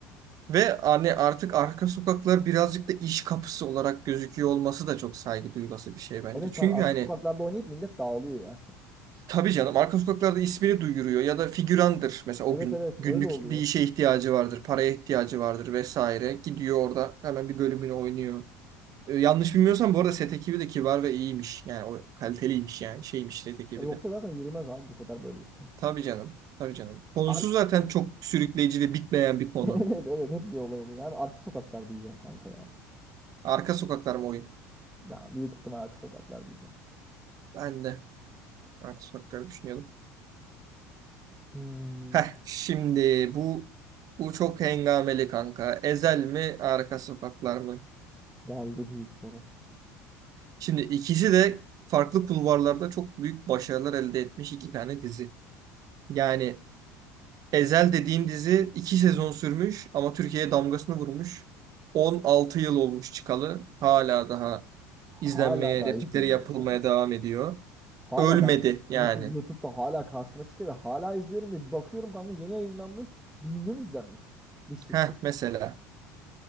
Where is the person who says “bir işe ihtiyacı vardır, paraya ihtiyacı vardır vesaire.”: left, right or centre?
Right